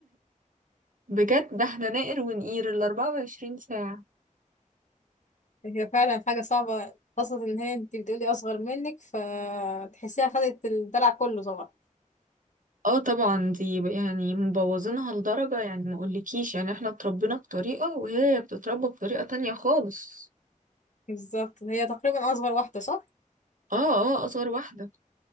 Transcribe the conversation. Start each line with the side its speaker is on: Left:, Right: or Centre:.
Right: بجد ده احنا نقر ونقير ال 24 ساعة
Left: هي فعلا حاجه صعبه خاصه ان هي انت بتقولي اصغر منك فتحسيها خدت الدلع كله طبعا
Right: اه طبعا دي يعني مبوظينها لدرجة يعني ما اقولكيش يعني احنا اتربينا بطريقة وهي بتتربى بطريقة تانية خالص
Left: بالظبط هي تقريبا اصغر واحده صح
Right: اه اه اصغر واحدة